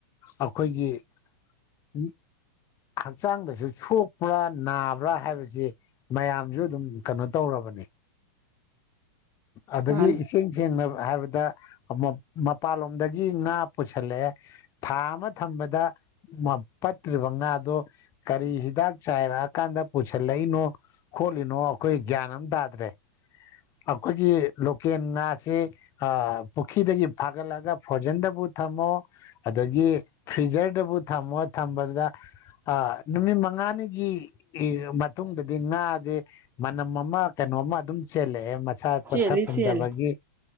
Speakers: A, on the left (about 35°); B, on the right (about 20°).
A: ꯑꯩꯈꯣꯏꯒꯤ <unintelligible> ꯍꯛꯆꯥꯡꯗꯁꯨ ꯁꯣꯛꯄ꯭ꯔꯥ ꯅꯥꯕ꯭ꯔꯥ ꯍꯥꯏꯕꯁꯤ ꯃꯌꯥꯝꯁꯨ ꯑꯗꯨꯝ ꯀꯩꯅꯣ ꯇꯧꯔꯕꯅꯤ ꯑꯗꯒꯤ
B: ꯃꯥꯅꯦ
A: ꯏꯁꯤꯡ ꯁꯦꯡꯅ ꯍꯥꯏꯕꯗ ꯃꯄꯥꯟꯂꯣꯝꯗꯒꯤ ꯉꯥ ꯄꯨꯁꯜꯂꯛꯑꯦ ꯊꯥ ꯑꯃ ꯊꯝꯕꯗ ꯄꯠꯇ꯭ꯔꯤꯕ ꯉꯥ ꯑꯗꯣ ꯀꯔꯤ ꯍꯤꯗꯥꯛ ꯆꯥꯏꯔꯛꯑꯀꯥꯟꯗ ꯄꯨꯁꯤꯜꯂꯛꯏꯅꯣ ꯈꯣꯠꯂꯤꯅꯣ ꯑꯩꯈꯣꯏ ꯒ꯭ꯌꯥꯟ ꯑꯃ ꯇꯥꯗ꯭ꯔꯦ ꯑꯩꯈꯣꯏꯒꯤ ꯂꯣꯀꯦꯜ ꯉꯥꯥꯁꯦ ꯄꯨꯈ꯭ꯔꯤꯗꯒꯤ ꯐꯥꯒꯠꯂꯛꯒ ꯐꯣꯔꯖꯤꯟꯗꯕꯨ ꯊꯝꯃꯣ ꯑꯗꯒꯤ ꯐ꯭ꯔꯤꯖꯔꯗꯕꯨ ꯊꯝꯃꯣ ꯊꯝꯕꯗꯨꯗ ꯑ ꯅꯨꯃꯤꯠ ꯃꯉꯥꯅꯤꯒꯤ ꯃꯇꯨꯡꯗꯗꯤ ꯉꯥꯁꯦ ꯃꯅꯝ ꯑꯃ ꯀꯩꯅꯣꯃ ꯑꯗꯨꯝ ꯆꯦꯜꯂꯛꯑꯦ ꯃꯁꯥ ꯀꯣꯊ
B: ꯆꯦꯜꯂꯤ
A: ꯄꯨꯝꯊꯕꯒꯤ
B: ꯆꯦꯜꯂꯤ